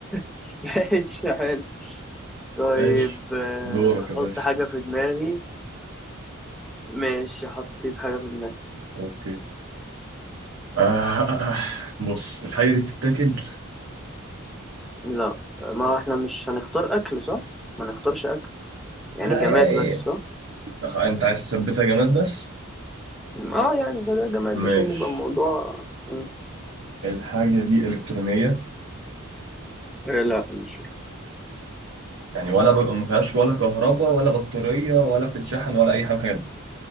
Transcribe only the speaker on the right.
<laughs> ماشي
دورك
يا باشا
اوكي آه آه، آه. بص الحاجة دي بتتاكل
لا
هي-
هي- انت عايز تثبتها جماد بس
ماشي
الحاجة دي إلكترونية
يعني ولا ب... ما فيهاش ولا كهرباء ولا بطارية ولا بتتشحن ولا أي حاجة من الحاجات دي